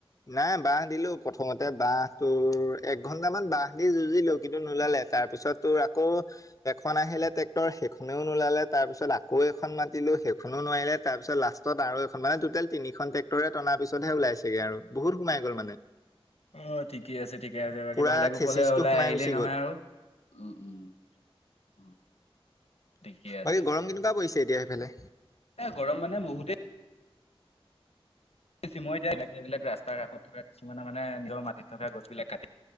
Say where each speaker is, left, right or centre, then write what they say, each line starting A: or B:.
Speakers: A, on the left; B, on the left.
A: নাই বাহ দিলো প্ৰথমতে, বাহ তোৰ এক ঘন্টামান বাহ দি যুঁজিলো কিন্তু নোলালে। তাৰপিছত, তোৰ আকৌ এখন আহিলে ট্ৰেক্টৰ সেইখনেও নোলালে। তাৰপিছত, আকৌ এখন মাত ছিলো সেইখনো নোৱাৰিলে তাৰ পিছত লাষ্টত আৰু এখন মানে টোটেল তিনিখন টেক্টৰে টানৰ পিছতহে ওলাইছেগে। আৰু বহুত সোমাই গ'ল মানে।
B: অ ঠিকেই আছে। ঠিকে আছে, বাকী
A: পুৰা
B: ভালে কোশলে
A: থেচিচটো
B: ওলাই
A: সোমাই
B: আহিলেই
A: গুচি
B: নহয়
A: গ'ল
B: আৰু উ, উম। উম। ঠিকে আছে
A: বাকী গৰম কেনেকুৱা পৰিছে, এতিয়া সেইফালে?
B: এ গৰম মানে বহুতেই। চিমৰি দিয়া, বেলেগ বেলেগ ৰাস্তাৰ কাষত থকা। কিছুমানৰ মানে, নিজৰ মাটিত থকা গছ বিলাক কাটি